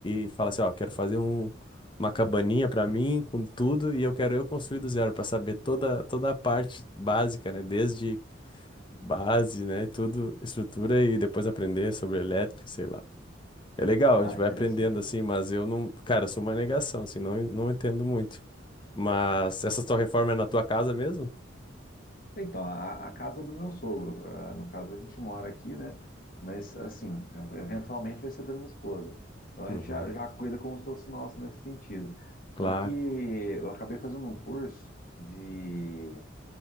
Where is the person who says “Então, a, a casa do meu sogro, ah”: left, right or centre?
Left